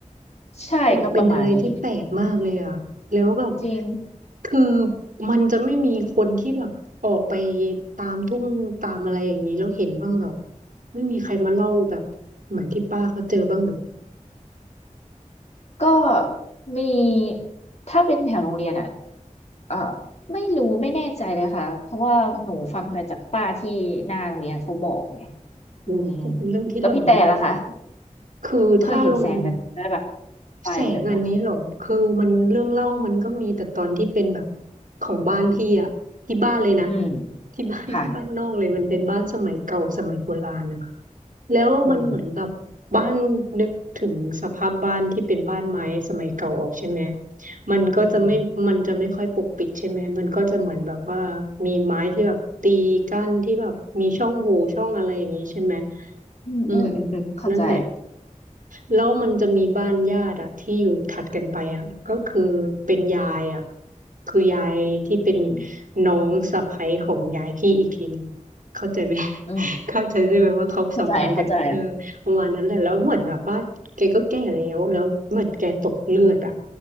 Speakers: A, on the left (about 55°); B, on the right (about 85°).
A: ใช่ก็ประมาณนี้
B: เออเป็นอะไรที่แปลกมากเลยอ่ะแล้วแบบ
A: จริง
B: คือมันจะไม่มีคนที่แบบออกไปตามทุ่งตามอะไรอย่างนี้แล้วเห็นบ้างหรอกไม่มีใครมาเล่าแบบเหมือนที่ป้าเขาเจอบ้างหรอก
A: ก็มีถ้าเป็นแถวโรงเรียนอ่ะ เออไม่รู้ไม่แน่ใจเลยค่ะเพราะว่าหนูฟังแต่จากป้าที่หน้าโรงเรียนเขาบอกไง
B: โอ้ก็เป็นเรื่องที่หลอนเนาะ
A: อืมแล้วพี่แต่ล่ะคะ
B: คือถ้าลง
A: เคยเห็นแสงแบบได้แบบไฟแบบเนี้ย
B: แสงอันนี้เหรอ คือมันเรื่องเล่ามันก็มีแต่ตอนที่เป็นแบบของบ้านพี่อะที่บ้าน <laughs> เลยนะ
A: อืม
B: ที่บ้านที่บ้านนอกเลยมันเป็นบ้านสมัยเก่าสมัยโบราณนะ
A: ค่ะ
B: แล้วมันเหมือนแบบบ้านนึกถึงสภาพบ้านที่เป็นบ้านไม้สมัยเก่าออกใช่ไหม
A: อืม
B: มันก็จะไม่มันจะไม่ค่อยปกปิดใช่ไหมมันก็จะเหมือนแบบว่ามีไม้ที่แบบตีกั้นที่แบบมีช่องโหว่ช่องอะไรอย่างนี้ใช่ไหม
A: อืมอืมอืมอืมเข้าใจ
B: อืมนั่นแหละแล้วมันจะมีบ้านญาติอะที่อยู่ถัดกันไปอะก็คือเป็นยายอะคือยายที่เป็น
A: อืม
B: น้องสะใภ้ของยายพี่อีกทีหนึงเข้าใจไหม
A: อืม
B: เข้าใจใช่ไหมว่าเขาสัมพันธ์กันเออประมาณนั้นแหละแล้วเหมือนแบบว่าแกก็แก่แล้วแล้วเหมือนแกตกเลือดอ่ะ
A: เข้าใจเข้าใจ